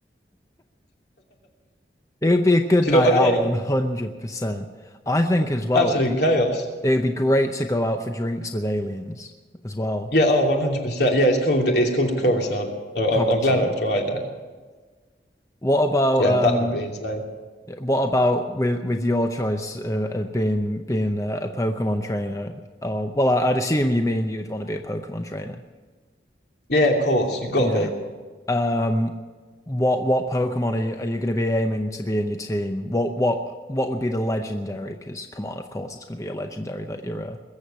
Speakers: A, on the left; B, on the left.
A: It would be a good
B: Do
A: night
B: you know what
A: out,
B: I mean?
A: 100%. I think as well,
B: Absolute
A: it would be
B: chaos.
A: it would be great to go out for drinks with aliens as well.
B: Yeah. Oh, one hundred percent. Yeah. It's called it's called Coruscant. Oh,
A: Coruscant.
B: I- I'm glad I was right there.
A: What about
B: Yeah,
A: um
B: that would be insane.
A: what about with with your choice uh, of being being a, a Pokemon trainer? Or well, I, I'd assume you mean you'd want to be a Pokemon trainer.
B: Yeah, of course. You've got
A: Yeah.
B: to be.
A: Um, what what Pokemon are you are you going to be aiming to be in your team? What what what would be the legendary? Because come on, of course it's going to be a legendary that you're uh,